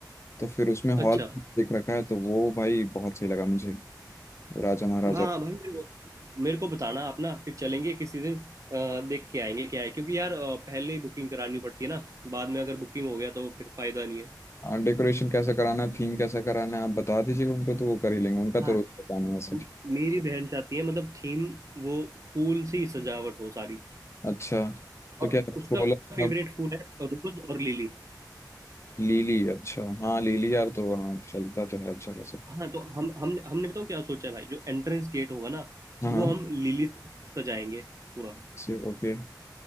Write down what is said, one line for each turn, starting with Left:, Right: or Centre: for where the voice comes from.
Left: तो फिर उसमें
Right: अच्छा
Left: हॉल देख रखा है तो वो भाई बहुत सही लगा मुझे राजा महाराजा
Right: हाँ हाँ भाई मेरे को मेरे को बताना आप ना फिर चलेंगे किसी दिन अ, देख के आएंगे क्या है क्योंकि यार अ, पहले ही बुकिंग करानी पड़ती है ना बाद में अगर बुकिंग हो गया तो फिर फायदा नहीं है
Left: हाँ डेकोरेशन कैसा कराना है थीम कैसा कराना है आप बता दीजिएगा उनको तो वो कर ही लेंगे उनका तो
Right: हाँ
Left: रोज का काम है वैसे
Right: मेरी बहन चाहती है मतलब थीम वो फूल से ही सजावट हो सारी
Left: अच्छा तो
Right: और
Left: क्या
Right: उसका
Left: फूल अब
Right: फेवरेट फूल है रोज और लिली
Left: लीली अच्छा हाँ लीली यार तो हाँ चलता तो है अच्छा खासा
Right: हाँ तो हम हम हमने बताओ क्या सोचा है भाई जो एंट्रेंस गेट होगा ना
Left: हाँ हाँ,
Right: वो हम लिली से सजाएंगे पूरा
Left: से ओके